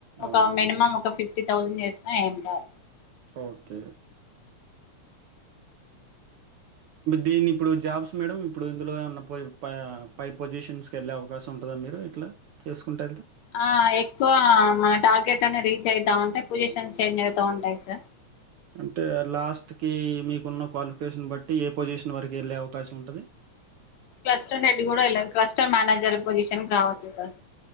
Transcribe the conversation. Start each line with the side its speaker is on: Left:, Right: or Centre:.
Left: ఒక
Right: అవునా మేడం?
Left: మినిమం ఒక ఫిఫ్టీ థౌజండ్ చేసినా ఏం కాదు
Right: ఓకే. దీన్ని ఇప్పుడు జాబ్స్ మేడం ఇప్పుడు ఇందులో ఉన్న పో పై పై పొజిషన్స్కి వెళ్ళే అవకాశం ఉంటుందా మీరు ఇట్లా చేసుకుంటూ వెళ్తే
Left: ఆ ఎక్కువ మన టార్గెట్ అని రీచ్ అవుతా ఉంటాయి పొజిషన్స్ చేంజ్ అవుతా ఉంటాయి సార్
Right: అంటే లాస్ట్ క మీకున్న క్వాలిఫికేషన్ బట్టి ఏ పొజిషన్ వరకు వెళ్ళే అవకాశం ఉంటుంది
Left: క్లస్టర్ హెడ్ కూడా క్లస్టర్ మేనేజర్ పొజిషన్ రావచ్చు సార్